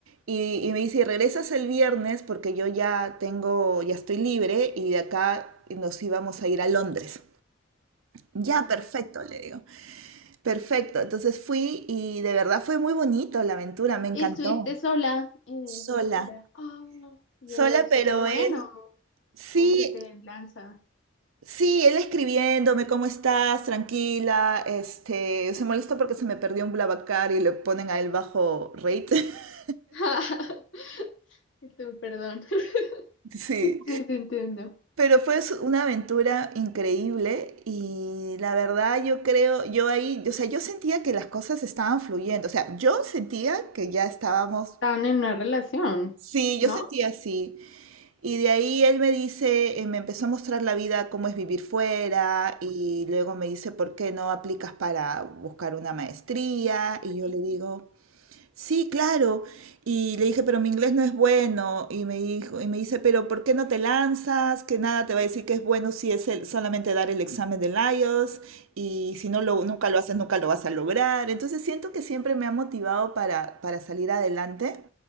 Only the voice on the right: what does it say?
y, y me dice, "Y regresas el viernes porque yo ya tengo, ya estoy libre y de acá nos íbamos a ir a Londres. Ya,
perfecto, le digo, perfecto. Entonces fui y de verdad fue muy bonito la aventura, me encantó.
Sola,
sola, pero
él, sí,
Sí, él escribiéndome, ¿cómo estás? Tranquila. Este, se molesta porque se me perdió un Blablacar y le ponen a él bajo rate. <laughs>
Sí.
Pero fue s- una aventura increíble y la verdad yo creo, yo ahí, o sea, yo sentía que las cosas estaban fluyendo. O sea, yo sentía que ya estábamos,
sí, yo
sentía así. Y de ahí él me dice, eh, me empezó a mostrar la vida, cómo es vivir fuera, y luego me dice, ¿por qué no aplicas para buscar una maestría? Y yo le digo, sí, claro. Y le dije, pero mi inglés no es bueno. Y me dijo, y me dice, pero ¿por qué no te lanzas? Que nada te va a decir que es bueno si es el- solamente dar el examen del IELTS, y si no lo,
nunca lo haces, nunca lo vas a lograr. Entonces siento que siempre me ha motivado para, para salir adelante.